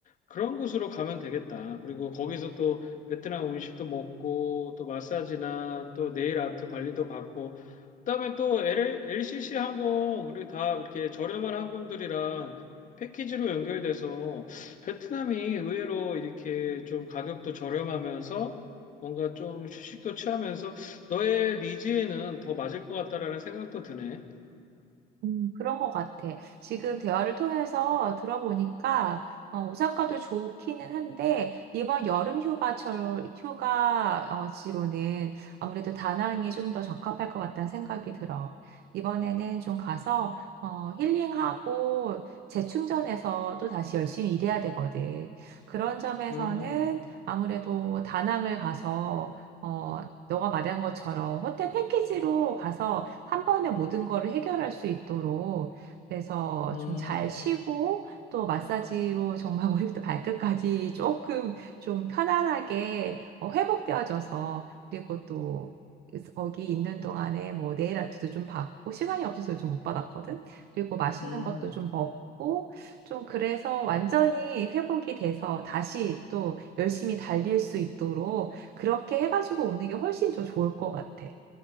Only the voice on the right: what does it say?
음, 그런 것 같아. 지금 대화를 통해서 들어보니까, 어, 오사카도 좋기는 한데, 이번 여름 휴가철, 휴가지로는 아무래도 다낭이 좀 더 적합할 것 같다는 생각이 들어. 이번에는 좀 가서, 어, 힐링하고 재충전해서 또 다시 열심히 일해야 되거든. 그런 점에서는
아무래도 다낭을 가서, 어, 너가 말한 것처럼 호텔 패키지로 가서 한 번에 모든 거를 해결할 수 있도록 그래서
좀 잘 쉬고 또 마사지로 정말 <laughs> 머리부터 발끝까지 조금 좀 편안하게 어, 회복되어져서 그리고 또 거기 있는 동안에 뭐 네일 아트도 좀 받고 시간이 없어서 요즘 못 받았거든. 그리고 맛있는
것도 좀 먹고 좀 그래서 완전히 회복이 돼서 다시 또 열심히 달릴 수 있도록 그렇게 해가지고 오는 게 훨씬 더 좋을 것 같아.